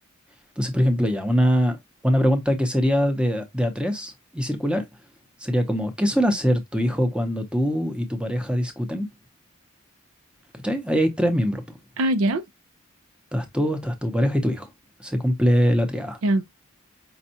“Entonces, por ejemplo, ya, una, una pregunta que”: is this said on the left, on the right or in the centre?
Centre